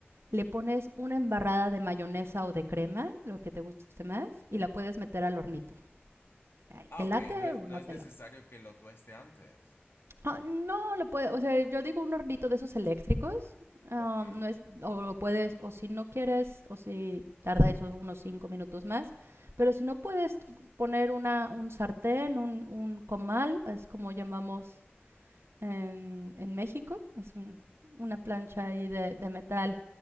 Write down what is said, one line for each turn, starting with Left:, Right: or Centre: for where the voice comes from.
Right: le pones una embarrada de mayonesa o de crema, lo que te guste más, y la puedes meter al hornito. Ay,
Left: Ah,
Right: ¿Te late
Left: ok, no es,
Right: o
Left: no
Right: no
Left: es
Right: te
Left: necesario
Right: late?
Left: que lo tueste antes.
Right: Ah, no, lo puedes, o sea, yo digo un hornito de esos eléctricos. ah,
Left: Ok.
Right: no es, o lo puedes, o si no quieres, o si tarda esos unos cinco minutos más, pero si no puedes poner una, un sartén, un, un comal, es como llamamos en, en México. Es un- una plancha ahí de, de metal